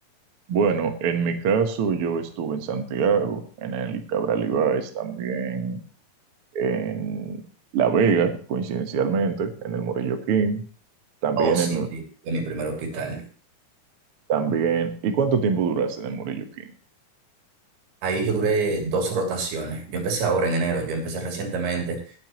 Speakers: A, on the right; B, on the right.
A: Bueno, en mi caso yo estuve en Santiago, en el Cabral Ibáez también, en La Vega, coincidencialmente, en el Morillo King, también
B: Oh, sí,
A: en...
B: sí, fue mi primer hospital.
A: También, ¿y cuánto tiempo duraste en el Morillo King?
B: Ahí yo duré dos rotaciones. Yo empecé ahora en enero, yo empecé recientemente